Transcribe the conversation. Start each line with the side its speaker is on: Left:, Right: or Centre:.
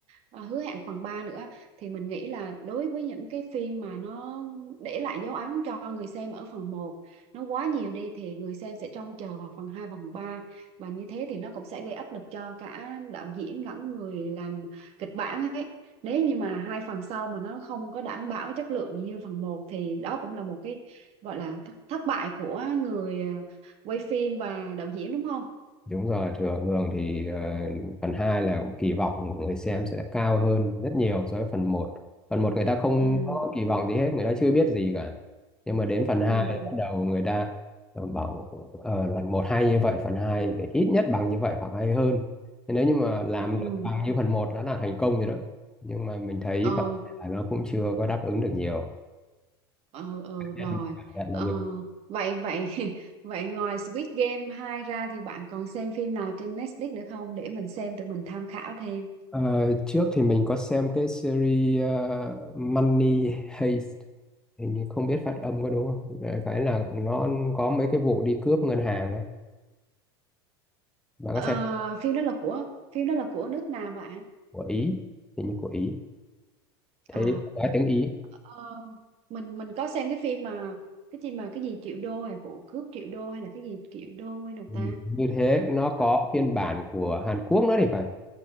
Right: ờ, hứa hẹn phần 3 nữa thì mình nghĩ là đối với những cái phim mà nó để lại dấu ấn cho người xem ở phần một nó quá nhiều đi thì người xem sẽ trông chờ vào phần 2 và phần ba và như thế thì nó cũng sẽ gây áp lực cho cả đạo diễn lẫn người làm kịch bản ấy nếu như mà hai phần sau mà nó không có đảm bảo chất lượng như phần một thì đó cũng là một cái gọi là th- thất bại của người à, quay phim và đạo diễn đúng không
Centre: Đúng rồi, thừa hưởng thì ờ, phần 2 là kỳ vọng của người xem sẽ cao hơn rất nhiều so với phần một Phần một người ta không
Right: ừ
Centre: có kỳ vọng gì hết, người ta chưa biết gì cả. Nhưng mà đến phần 2
Right: ừ
Centre: bắt đầu người ta ờ, bảo ờ, phần một hay như vậy, phần 2 phải ít nhất bằng như vậy hoặc hay hơn. Thế nếu như mà làm
Right: ừ
Centre: được bằng như phần một đã là thành công rồi đó. Nhưng mà mình thấy
Right: ừ
Centre: phần hai nó cũng chưa có đáp ứng được nhiều.
Right: ừ, ừ
Centre: Nên
Right: rồi
Centre: Cảm nhận
Right: ờ,
Centre: là như
Right: vậy vậy <laughs> vậy ngoài Squid Game 2 ra thì bạn còn xem phim nào trên Netflix nữa không để mình xem tụi mình tham khảo thêm
Centre: Ờ, trước thì mình có xem cái series ờ, Money Heist hình như không biết phát âm có đúng không Đại cái là nó có mấy cái vụ đi cướp ngân hàng á mà có
Right: Ờ,
Centre: xem
Right: phim đó là của phim đó là của nước nào bạn?
Centre: của Ý hình như của Ý thấy
Right: À,
Centre: nói tiếng Ý
Right: ờ, mình mình có xem cái phim mà cái gì mà cái gì triệu đô hay vụ cướp triệu đô hay là cái gì triệu đô hay nào
Centre: Ừ.
Right: ta?
Centre: như thế nó có
Right: Ờ,
Centre: phiên bản của Hàn Quốc nữa thì phải